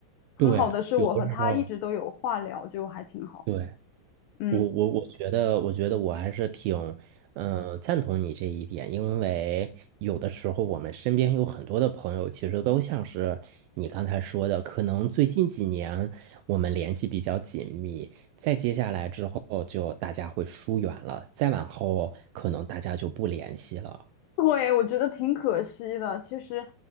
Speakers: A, on the left; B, on the right.
A: 很好的是，
B: 对，有的时候
A: 我和他一直都有话聊，就还挺好的。
B: 对。
A: 嗯，
B: 我我我觉得，我觉得我还是挺，嗯、赞同你这一点，因为有的时候我们身边有很多的朋友，其实都像是你刚才说的，可能最近几年我们联系比较紧密，再接下来之后就大家会疏远了，再往后可能大家就不联系了。
A: 对，我觉得挺可惜的。其实